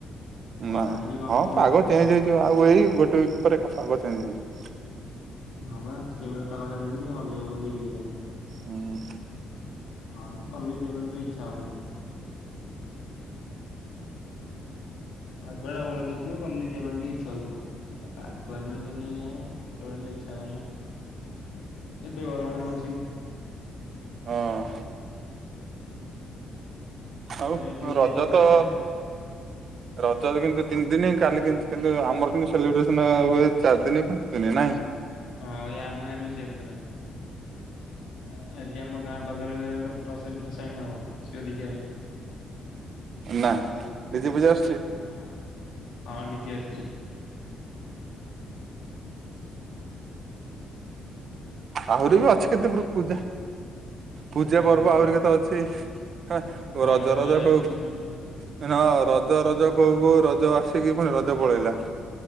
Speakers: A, on the left (about 85°); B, on the right (about 60°).
A: ଖରା
B: ନା
A: ଟା ଟିକେ କମି
B: ହଁ ପାଗ ଚେଞ୍ଜ
A: ଖରା
B: ହେଇଯିବ ଆଉ ଏଇ ଗୋଟେ ୱିକ ପରେ ଏକ ପାଗ ଚେଞ୍ଜ ହେଇଯିବ।
A: ହଁ ବା ସେଇ ଭଲିଆ ପାଗ ଟା ଦେଲେ ହି ଟିକେ ଭଲ ଲାଗିବ ବୁଲି ଯିବା ପାଇଁ।
B: ହୁଁ।
A: ହଁ କଲେଜ ଯବା ପାଇଁ ନହେଲେ ଇଚ୍ଛା ହବନି। ପାଗ ଟା ଭଲ ଦଉଥିବ। କଲେଜ ଯିବା ପାଇଁ ଟିକେ ଇଚ୍ଛା ହଉଥିବ ଆଉ ପାଗ ଏମିତି ଯନି ଆଉ ଟୋଟାଲି ଇଚ୍ଛା ହେବନି ଆଉ। କେତେ ଗରମ ରେ ବସିବୁ।
B: ହଁ।
A: ଭାଇ
B: ଆଉ
A: ତମେ ଡ୍ୟୁଟି
B: ରଜ
A: ଯାଇଥିଲ ନା
B: ତ
A: ଯାଇନଥିଲ?
B: ରଜ କିନ୍ତୁ ତିନି ଦିନ ହଁ କାଲି କିନ୍ତୁ ଆମର କିନ୍ତୁ ସେଲିବ୍ରେସନ ହୁଏ ଚାରି ଦିନ ହ ପାଞ୍ଚ ଦିନ ନାଇଁ?
A: ହଁ ଏଇ ଆମ ଗାଁରେ ବି ସେଇୟା ହଉଥିଲା। ଆଜି ଆମ ଗାଁ ପାଖରେ ଗୋଟେ <unintelligible> ଭସାଣ ହବ ଆସିବା ଦେଖିବା ପାଇଁ।
B: ନା ଦିଦି ପୂଜା ଆସୁଛି?
A: ହଁ ହଁ ହଁ ଡିଜେ ଆସିଛି। ହଁ
B: ଆହୁ ରି ବି ଅଛି କେତେ ପ୍ରକାର ପୂଜା। ପୂଜା
A: ହଁ
B: ପର୍ବ
A: ହଁ
B: ଆହୁରି କେତେ ଅଛି
A: ଗଣେଶ
B: ରଜ
A: ପୂଜା
B: ରଜ
A: ଯାଉଛି
B: କହୁ
A: ସାଇଲଣ୍ଟ ଆଉ
B: ନା ରଜ ରଜ କହୁ କହୁ ରଜ ଆସିକି ପୁଣି ରଜ ପଳେଇଲା।